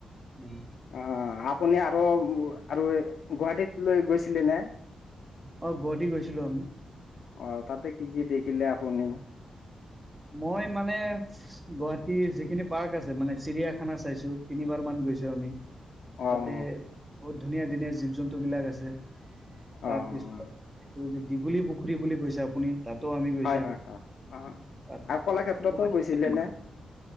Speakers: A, on the right; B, on the left.
A: উম।
B: অ‍ঁ! আপুনি আৰু-আৰু গুৱাহাটীত লৈ গৈছিলে নে?
A: অঁ! গুৱাহাটী গৈছিলোঁ আমি।
B: অঁ! তাতে কি কি দেখিলে আপুনি?
A: মই মানে গুৱাহাটীৰ যিখিনি পাৰ্ক আছে, মানে চিৰিয়াখানা চাইছোঁ তিনিবাৰ মান গৈছোঁ আমি।
B: অ',
A: তাতে, বহুত ধুনীয়া-ধুনীয়া জীৱ-জন্তু বিলাক আছে। তাৰপিছত
B: অ',
A: এইটো যে দীঘলী পুখুৰী বুলি কৈছে আপুনি তাতো আমি গৈছো
B: হয়-হয়-হয় অঁ!
A: তাৰপিছত
B: আৰু কলাক্ষেত্ৰতো
A: গুৱাহাটী
B: গৈছিলে নে?